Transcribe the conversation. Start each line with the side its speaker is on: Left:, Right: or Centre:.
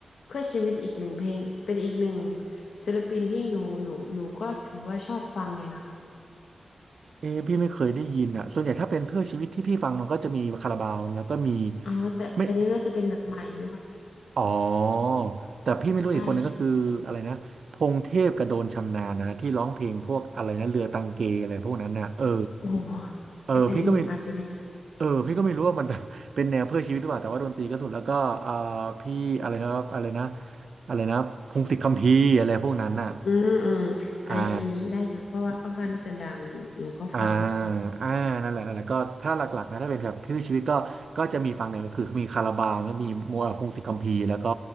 Left: เพื่อชีวิตอีกหนึ่งเพลงเป็นอีกหนึ่งศิลปินที่หนูหนูหนูก็ถือว่าชอบฟังเลยนะคะ
Right: เออพี่ไม่เคยได้ยินอ่ะส่วนใหญ่ถ้าเป็นเพื่อชีวิตที่พี่ฟังมันก็จะมีคาราบาวแล้วก็มี
Left: อ๋อแต่แต่นี่น่าจะเป็นแบบใหม่ด้วย
Right: ไม่ อ๋อแต่พี่ไม่รู้อีกคนนึงก็คืออะไรนะพงเทพกับโดนชำนาญนะที่ร้องเพลงพวกอะไรนะเรือตังเกอะไรพวกนั้นนะเออ
Left: ใช่ใช่โอ้โห
Right: เออพี่ก็ไม่
Left: อันอันอันหนูอาจจะไม่รู้จัก
Right: เออพี่ก็ไม่รู้ว่ามัน <laughs> เป็นแนวเพื่อชีวิตหรือเปล่าแต่ว่าดนตรีก็สุดแล้วก็เอ่าพี่อะไรนะอะไรนะอะไรนะพงศิษฐ์คัมภีร์อะไรพวกนั้นน่ะ
Left: อืมอืมอันนี้อันนี้ได้อยู่เพราะว่าค่อนข้างที่จะดังหนูหนูก็ฟัง
Right: อ่า อ่าอ่านั่นแหละนั่นแหละก็ถ้าหลักๆนะถ้าเป็นแบบชื่อชีวิตก็ก็จะมีฟังเนี่ยคือมีคาราบาวเนี่ยมีมัวพงศิษย์คัมภีร์แล้วก็